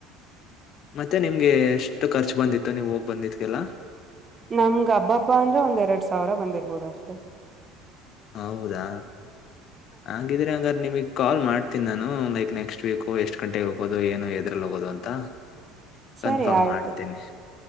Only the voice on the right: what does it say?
ನಮ್ಗ ಹಬ್ಬಬ್ಬಾ ಅಂದ್ರೆ ಒಂದ್ ಎರಡ್ ಸಾವಿರ ಬಂದಿರ್ಬೋದು ಅಷ್ಟೆ
ಸರಿ
ಆಯ್ತು